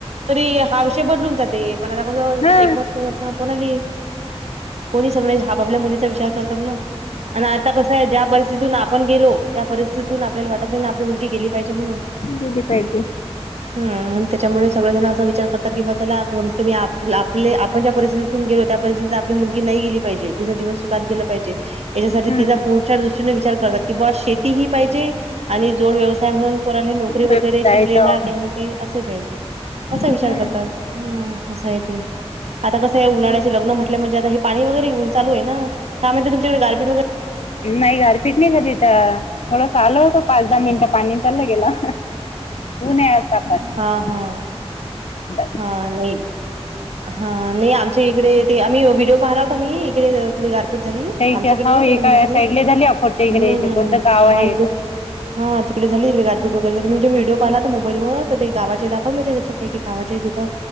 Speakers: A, on the right; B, on the left.
A: तरी हा विषय बदलून जाते, पण आता कसं
B: हा
A: एकमत नाही होत ना कोणाली कोणी सगळे आपापल्या मुलीचा विचार करतात ना. आणि कसं आहे ज्या परिस्थितीतून आपण गेलो त्या परिस्थितीत तितुन आपल्याला वाटत नाही ना आपली मुलगी गेली पाहिजे म्हणून-
B: दिली पाहिजे
A: ह मग त्याच्यामुळे सगळ जण असा विचार विचार करतात की बाबा चला कमीत कमी आप आपण ज्या परिस्थितीतून गेलो, त्या परिस्थितीतून आपली मुलगी नाही गेली पाहिजे. तिंच जीवन सुखात गेलं पाहिजे. याच्यासाठी
B: हम्म
A: तिचा पुढच्या दृष्टीने विचार करतात की बा शेती हि पाहिजे आणि जोड व्यवसा त्या म्हणून पोराले नोकरी
B: व्यवसाय
A: वगैरे शिकलेला
B: जॉब.
A: काही ना काही असे पाहिजे. असा
B: हम्म
A: विचार करतात ह असं आहे ते. आता कसं उन्हाळ्याचे लग्न म्हटलं म्हणजे आणि हे पाणी वगैरे येऊ चालूय काय म्हणतीे तुमच्याकडे गारपीट वगैरे
B: नाही, गारफीट नाही झाली इथं थोडसं आल होत पाच दहा मिनटं पाणी, चाललं गेलं. ऊन आहे आता पण
A: हा हा
B: <unintelligible>
A: हा नाही. हां नाही, आमच्या इकडे आम्ही व्हिडिओ पाहिला होता क‌नी इकडे थोडी गार पिट झाली,
B: त्या
A: आमच्याकडे
B: इकडे हाव
A: नाही झाली,
B: एका
A: मला तरी
B: साईडले झाली अकोटच्या इकडे
A: हम्म
B: इथे कोणतं गाव आहे इथं?
A: <unintelligible> हा तिकडे झाली तिकडे गारपीट वगैर झाली, म्हणजे व्हडिओ पाहिला तर मोबाईवर तर ते गावाचे दाखवले ते त्याचे एकेक गावाचे तिथं.